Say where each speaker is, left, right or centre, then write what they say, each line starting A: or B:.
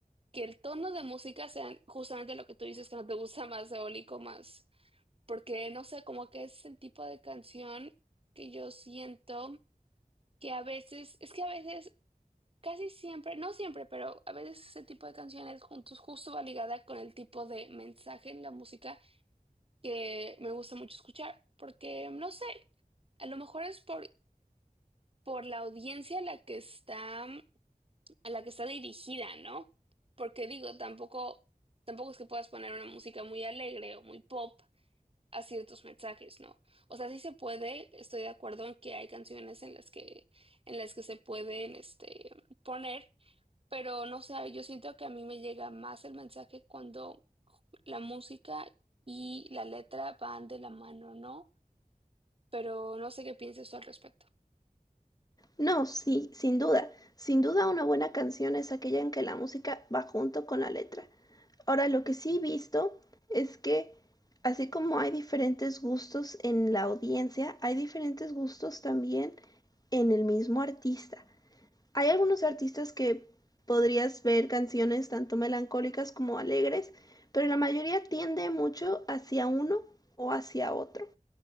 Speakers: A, on the right (about 40°); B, on the left (about 25°).
A: que el tono de música sea justamente lo que tú dices que no te gusta más eólico más. Porque no sé, como que es el tipo de canción que yo siento que a veces, es que a veces Casi siempre, no siempre, pero a veces ese tipo de canciones juntos justo va ligada con el tipo de mensaje en la música que me gusta mucho escuchar, porque no sé, a lo mejor es por, por la audiencia a la que está, a la que está dirigida, ¿no? Porque digo, tampoco, tampoco es que puedas poner una música muy alegre o muy pop a ciertos mensajes, ¿no? O sea, sí se puede, estoy de acuerdo en que hay canciones en las que, en las que se pueden, este, poner pero no sé, yo siento que a mí me llega más el mensaje cuando la música y la letra van de la mano, ¿no? Pero no sé qué piensas tú al respecto.
B: No, sí, sin duda. Sin duda una buena canción es aquella en que la música va junto con la letra. Ahora, lo que sí he visto es que así como hay diferentes gustos en la audiencia, hay diferentes gustos también en el mismo artista. Hay algunos artistas que podrías ver canciones tanto melancólicas como alegres, pero la mayoría tiende mucho hacia uno o hacia otro.